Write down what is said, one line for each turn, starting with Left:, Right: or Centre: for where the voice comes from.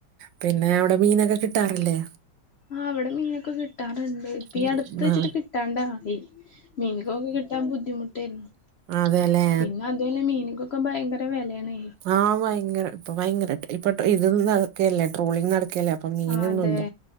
Right: പിന്നെ അവിടെ മീനൊക്കെ കിട്ടാറില്ലേ
Left: ആ അവിടെ മീനൊക്കെ കിട്ട കിട്ടാറുണ്ട് ഇപ്പ ഈ
Right: ഉം
Left: അടുത്ത് വെച്ചിട്ട്
Right: ആ
Left: കിട്ടാണ്ട ആയി മീനക്കൊക്കെ കിട്ടാൻ ബുദ്ധിമുട്ടായിരുന്നു
Right: അതെ അല്ലെ
Left: പിന്നെ അതു അല്ലെ മീനിക്കൊക്കെ ഭയങ്കര വിലയാണ്
Right: ആ ഭയങ്കര ഇപ്പ ഭയങ്കരമായിട്ട് ഇപ്പൊ ഇത് നടക്കല്ലേ ട്രോളിങ് നടക്കുകല്ലേ ഇപ്പം മീനൊന്നുമല്ല
Left: ആഹ് അതെ